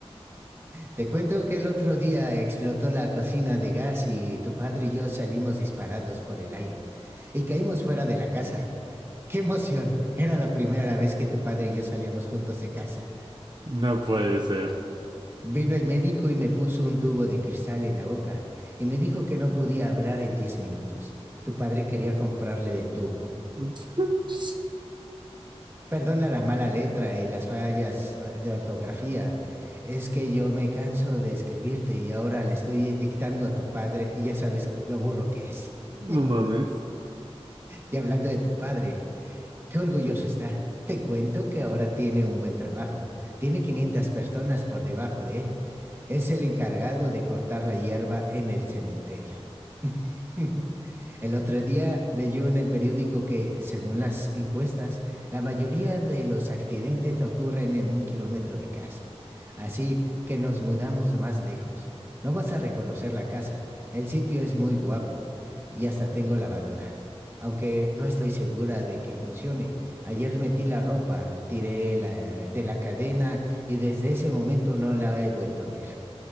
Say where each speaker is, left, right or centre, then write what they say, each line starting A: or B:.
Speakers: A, on the right (about 25°); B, on the right (about 45°).
A: Te cuento que el otro día explotó la cocina de gas y tu padre y yo salimos disparados por el aire y caímos fuera de la casa. ¡Qué emoción! Era la primera vez que tu padre y yo salíamos juntos de casa.
B: No puede ser.
A: Vino el médico y me puso un tubo de cristal en la boca y me dijo que no podía hablar en 10 minutos. Tu padre quería comprarle el tubo,
B: <laughs>
A: Perdona la mala letra y las fallas eh, de ortografía. Es que yo me canso de escribirte y ahora le estoy dictando a tu padre y ya sabes lo burro que es. <laughs>
B: No mames.
A: Y hablando de tu padre, qué orgulloso está. Te cuento que ahora tiene un buen trabajo. Tiene 500 personas por debajo de él. Es el encargado de cortar la hierba en el cementerio. <laughs> El otro día leyó en el periódico que, según las encuestas, la mayoría de los accidentes ocurren en un kilómetro de casa. Así que nos mudamos más lejos. No vas a reconocer la casa. El sitio es muy guapo y hasta tengo lavadora. Aunque no estoy segura de que funcione. Ayer metí la ropa, tiré la- de la cadena y desde ese momento no la he vuelto a ver.